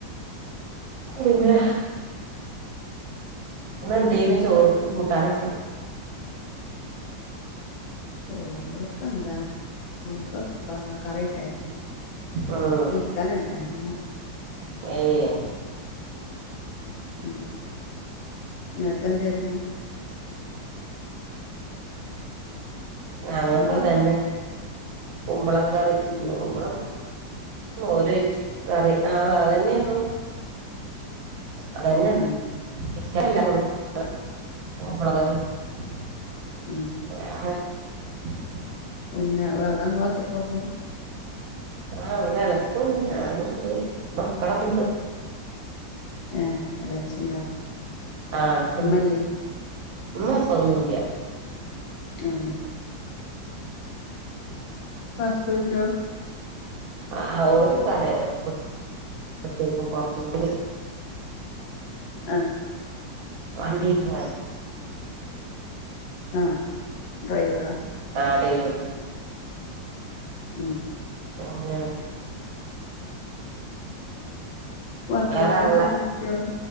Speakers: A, on the right; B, on the left.
A: പിന്നെ ഇന്ന് എന്തേലും ചോറും കൂട്ടാനുമൊക്കെ
B: ചോറൊക്ക എന്താ ചോറുക്ക കുമ്പളങ്ങ കറിയുണ്ടായിരുന്നു
A: ഉം
B: ചിക്കൻ ഉണ്ടാരുന്നു
A: <unintelligible>
B: ഉം നിനക്കെന്തേരുന്നു
A: ഞങ്ങൾക്കും
B: ഹലോ
A: അതന്നെ കുമ്പളം കറി
B: ഉം
A: കുമ്പളം മോരൊയിച്ച് കറി ആഹ് അതന്നെന്നു അതന്നെ
B: ഉം
A: <unintelligible> കുമ്പളം കറി <unintelligible>
B: ഉം പിന്നെ എവിടങ്ങള് ഒറ്റക്കുള്ളൂ
A: ആ അവിടെ എളേച്ചോണ്ട് ഞാനും പോയി മക്കളാത്തുണ്ട്
B: ഏയ് എളേച്ചി ഉണ്ടേ
A: ആഹ് എളച്ചണ്ട്
B: ഉമ്മ ഇല്ലേ
A: ഉമ്മ ഇപ്പൊന്നുല്ല്യാ
B: ഉം ഹസ്ബൻടോ
A: ആ ഒരു കടേ കു അകത്തേക്കും പത്തി കുടി
B: ആ
A: വാണ്ടീറ്റും വ
B: ആഹ് ഡ്രൈവറാ?
A: ആഹ് ഡൈവറ്
B: ഉം
A: പോ കുഞ്ഞാ
B: മക്കളൊക്ക
A: വേറെ ആങ്ങള
B: എത്ര പോന്ന കുട്ട്യേളാ?